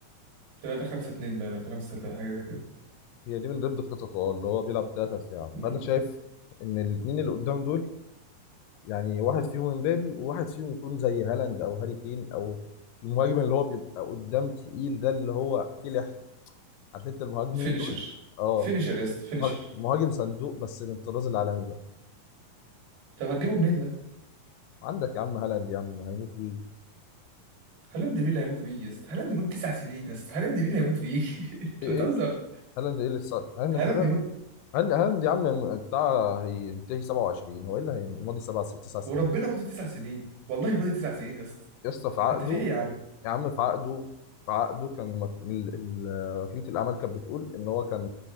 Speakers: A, on the right; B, on the left.
A: 3 5 2 باين ولا 3 6 حاجه زي كده
B: هي دي من ضمن خططه اه اللي هو بيلعب بثلاثه دفاع
A: امم
B: فانا مم. شايف ان الاثنين اللي قدام دول يعني واحد فيهم امبابي وواحد فيهم يكون زي هالاند او هاري كين او المهاجم اللي هو بيبقى قدام تقيل ده اللي هو كلح عارف انت المهاجمين
A: فينيشر
B: دول اه
A: فينيشر يا اسطى فينيشر
B: مهاجم مهاجم صندوق بس من الطراز العالمي بقى
A: طب هتجيبه منين ده
B: عندك يا عم هالاند يا عم هيموت ويجي
A: هالاند مين اللي هيموت ويجي يا اسطى هالاند مين تسع سنين يا اسطى هالاند مين اللي هيموت ويجي <laughs> انت
B: ايه
A: بتهزر
B: ايه هالاند ايه اللي صار هالاند
A: هالاند مد
B: هند هند يا عم بتاع هينتهي 27 هو ايه اللي هيمضي سبع ست تسع سنين
A: وربنا مدة تسع سنين والله مدة تسع سنين يا اسطى
B: يا اسطى في عقده
A: انت في ايه يا عم
B: يا عم في عقده في عقده كان مك- ال- ال- وكيلة الأعمال كانت بتقول إن هو كان